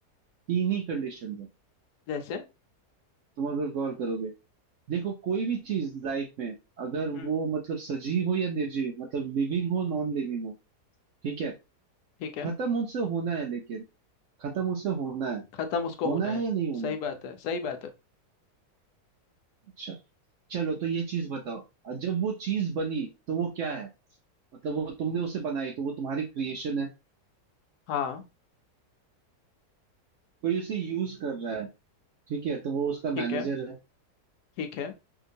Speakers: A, on the right; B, on the left.
A: तीन ही कंडीशंस है
B: जैसे
A: तुम अगर गौर करोगे देखो कोई भी चीज लाइफ में अगर
B: हम्म
A: वो मतलब सजीव हो या निर्जीव मतलब लिविंग हो नॉन लिविंग हो ठीक है
B: ठीक है
A: खत्म उनसे होना है लेकिन खत्म उससे होना है
B: खत्म उसको
A: होना
B: होना है
A: है या नहीं होना
B: सही
A: है
B: बात है सही बात है
A: अच्छा चलो तो ये चीज बताओ जब वो चीज बनी तो वो क्या है मतलब वो तुमने उसे बनाई तो वो तुम्हारी क्रिएशन है
B: हाँ
A: कोई उसे यूज कर रहा है ठीक है तो वो उसका
B: ठीक
A: मैनेजर
B: है
A: है
B: ठीक है